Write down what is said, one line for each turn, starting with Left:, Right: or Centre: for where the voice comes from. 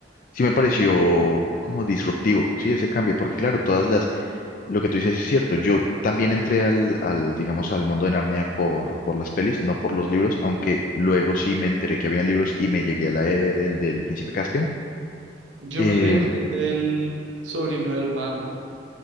Left: sí me pareció como disruptivo, sí, ese cambio, porque claro, todas las, Lo que tú dices es cierto. Yo también entré al, al, digamos, al mundo de Narnia por, por las pelis, no por los libros, aunque luego sí me enteré que habían libros y me llegué a leer el del Príncipe Caspian.
Right: Yo
Left: Eh,
Right: me leí el del sobrino del mago.